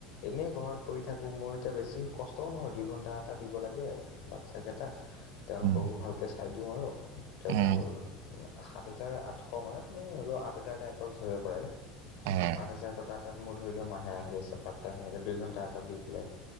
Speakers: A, on the left (about 65°); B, on the right (about 80°).
A: এনেই ঘৰত পৰি থাকোঁ, মোৰ এতিয়া বেছি কষ্টও নহয় দুই ঘণ্টা এটা দিব লাগে। বাচ্ছাকেইটাক, তেওঁলোককো
B: উম,
A: ভালকৈ চাই দিওঁ আৰু, তেওঁ
B: উম,
A: মোৰ সাত হোজাৰ আঠশ মানে তুমি হ'লেও আঠ হাজাৰ টাইপ ওচৰে ধৰিব পাৰি,
B: উম, উম,
A: আঠ হেজাৰ টকাত তাত মোৰ ধৰি লওক মাহে আহি আছে পাৰ্ট টাইম সেনেকে দুই ঘণ্টা এটা দি পেলাই।